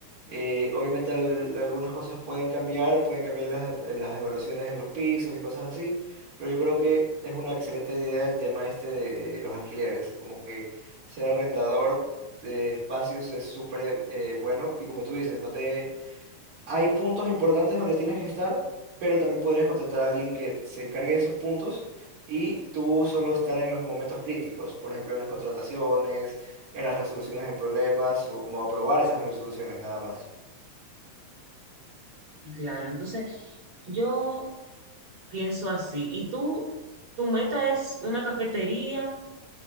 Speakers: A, on the right; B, on the right.
A: Eh, obviamente al- algunas cosas pueden cambiar, pueden cambiar las, las evaluaciones de los pisos y cosas así, pero yo creo que es una excelente idea el tema este de de los alquileres, como que ser arrendador de espacios es súper eh, bueno y como tú dices, no te... hay puntos importantes donde tienes que estar, pero también podrías contratar a alguien que se encargue de esos puntos y tú solo estar en los momentos críticos, por ejemplo, en las contrataciones, en las resoluciones de problemas o como aprobar esas resoluciones nada más.
B: Y claro, entonces yo pienso así. ¿Y tú, tu meta es una cafetería